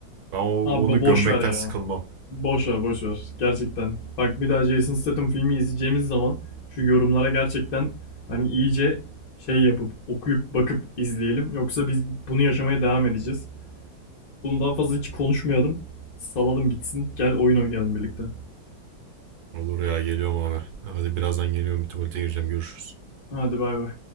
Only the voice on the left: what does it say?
Abi boş
ver ya.
Boş ver boş ver. Gerçekten. Bak bir daha Jason Statham filmi izleyeceğimiz zaman şu yorumlara gerçekten hani iyice şey yapıp okuyup bakıp izleyelim. Yoksa biz bunu yaşamaya devam edeceğiz. Bunu daha fazla hiç konuşmayalım. Salalım gitsin. Gel oyun oynayalım birlikte.
Hadi bay bay.